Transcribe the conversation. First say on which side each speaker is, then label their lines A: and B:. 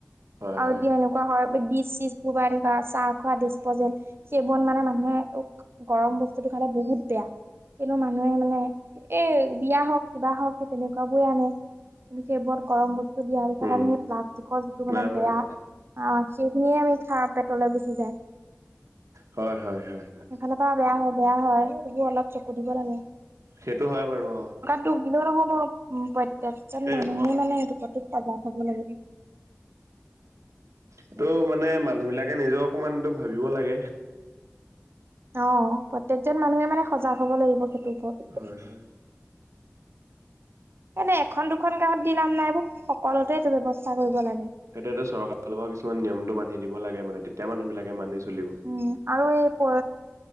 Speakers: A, on the right; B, on the right.
A: হয়
B: আৰু
A: হয়
B: এতিয়া এনে- কুৱা হয় ডিচ চিচবোৰ <unintelligible> চাহ খোৱা ডিচপজেল সেইবোৰত মানে মানুহে গৰম বস্তুটো খালে বহুত বেয়া। কিন্তু মানুহে মানে এ বিয়া হওক কিবা হওক তেনেকুৱা বোৰে আনে কিন্তু সেইবোৰত গৰম বস্তু দিয়াৰ পিছত
A: উম
B: আমি সেই প্লাষ্টিকৰ যিটো মানে
A: নাই পোৱা
B: বেয়া
A: সি
B: সেইখিনিয়ে আমি খাওঁ পেটলৈ গুছি যায়।
A: হয় হয় হয়।
B: সেইফালৰ পৰা বেয়া, বেয়া হয় এইবোৰ অলপ চকু দিব লাগে।
A: সেইটো হয় বাৰু অঁ'।
B: <unintelligible> উমঁ' প্ৰত্যেকজন মানুহেই
A: এই ৰবা
B: মানে সেইটো প্ৰতি সজাগ হ'ব লাগিব।
A: এইটো মানে মানুহ বিলাকে নিজেও অকমানটো ভাবিব লাগে।
B: অঁ' প্ৰত্যেকজন মানুহে মানে সজাগ হ'ব লাগিব সেইটোৰ ওপৰত।
A: হয় হয়।
B: <unintelligible> এনে, এখন, দুখন গাঁৱত দি নাম এইবোৰ, সকলোতে এইটো ব্যৱস্থা কৰিব লাগে।
A: সেটোৱেটো চৰকাৰ ফালৰপৰা কিছুমান নিয়মটো বান্ধি দিব লাগে মানে, তেতিয়া মানুহ বিলাকে মানি চলিব।
B: উম, আৰু এই প